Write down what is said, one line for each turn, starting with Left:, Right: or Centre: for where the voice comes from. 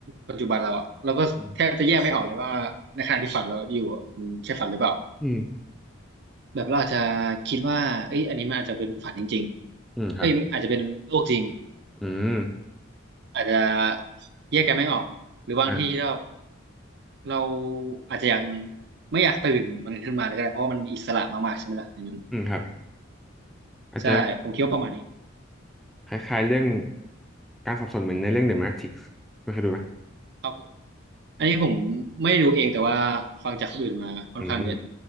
Right: ปัจจุบันเราอะเราก็แทบจะแยกไม่ออกเลยว่าในขณะที่ฝันเราอยู่อะมันใช่ฝันหรือเปล่า
Centre: อืมอืม
Right: แบบเราอาจจะคิดว่าเอ้ยอันนี้มันอาจจะเป็นฝันจริงๆเอ้ยอาจจะเป็นโลกจริง
Centre: อืมครับอืม
Right: อาจจะแยกกันไม่ออกหรือบางทีเรา
Centre: อ่า
Right: เราอาจจะยังไม่อยากตื่นมันขึ้นมาเลยก็ได้เพราะว่ามันอิสระมากๆใช่ไหมล่ะอันนั้น
Centre: อืมครับอาจจะ
Right: ใช่ผมคิดว่าประมาณนี้
Centre: คล้ายๆเรื่องการสับสนเหมือนในเรื่อง The Matrix ไม่เคยดูไหม
Right: ครับผมอันนี้ผมไม่รู้เองแต่ว่าฟังจากคนอื่นมาค่อนข้างเยอะ
Centre: อืม